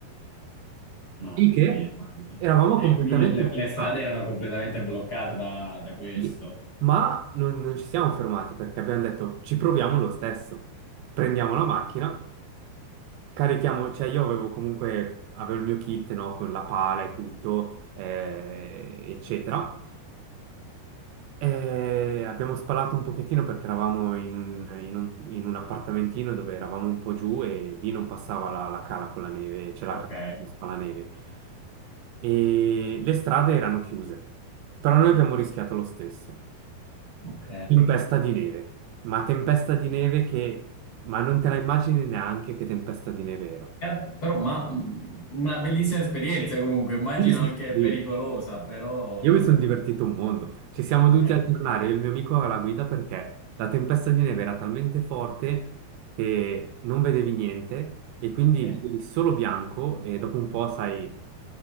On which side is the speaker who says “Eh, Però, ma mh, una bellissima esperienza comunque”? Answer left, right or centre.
Left